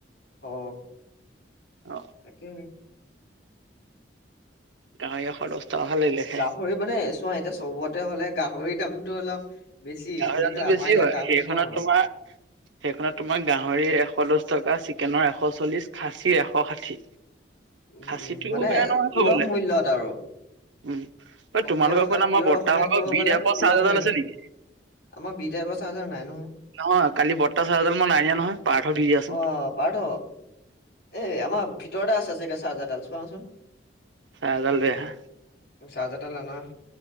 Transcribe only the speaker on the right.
অ
গাহৰি এশ দহটাশাল লাগিলেহে
গাহৰি
দামতো বেছি
হয়।
সেইখনত
তোমাৰ সেইখনত তোমাৰ গাহৰি এশ দচ টকা চিকেনৰ এশ চল্লিশ খাচী এশ ষাঠি
খাচীটো
বেয়া নহয়
খাবলে
উম।
এই
তোমালোকৰ
ঘৰত আমাৰ
বৰ্তাহ
ভাগৰ
বি
ডাভৰ
চাৰ্জা
ডাল আছে নেকি?
নহয় কালি বৰ্তা চাজা মই নাই নিয়া নহয় পাৰ্থত দি দিআচোন।
ছাৰ্জা দাল লৈ আহ।